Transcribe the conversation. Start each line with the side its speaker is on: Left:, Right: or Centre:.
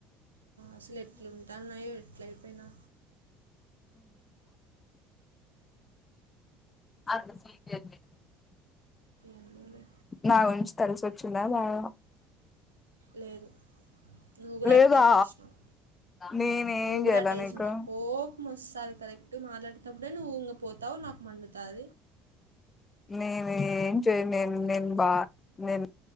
Right: అసలు ఎట్లు ఉంటాన్నాయో ఎట్ల అయిపోయినా
Left: అది ే
Right: ఎందుకు లె
Left: నా గురించి తెలుసొచ్చిందా లేదా
Right: లేదు నువ్వు కూడా
Left: లేదా
Right: అట్టే చేసినావు
Left: నేనేం
Right: నువ్వు కూడా
Left: చేయాల
Right: అట్టా చేసావు
Left: నీకు
Right: నా కో మోస్సాది కరెక్ట్ మాట్లాడేతెప్పుడే నువ్వు ఇంగ పోతావు నాకు మండుతాది
Left: నేను ఏం చేయలేను నేను బా నేను